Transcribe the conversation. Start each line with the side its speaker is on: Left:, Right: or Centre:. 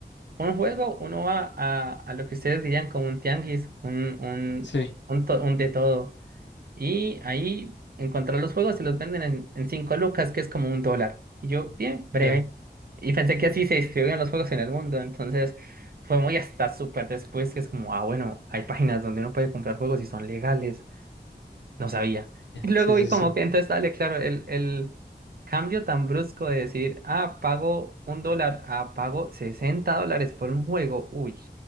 Right: un juego, uno va a, a lo que ustedes dirían como un tianguis, un, un,
Left: Sí,
Right: un, to- un de todo. Y ahí encontrar los juegos y los venden en, en cinco lucas, que es como un dólar. Y yo, bien, breve.
Left: ya.
Right: Y pensé que así se distribuían los juegos en el mundo. Entonces fue muy hasta súper después que es como, ah, bueno, hay páginas donde uno puede comprar juegos y son legales. No sabía. Y luego
Left: Sí,
Right: vi
Left: sí, sí.
Right: como
Left: sí.
Right: que entonces dale, claro, el, el cambio tan brusco de decir, ah, pago un dólar, ah, pago 60 dólares por un juego. Uy,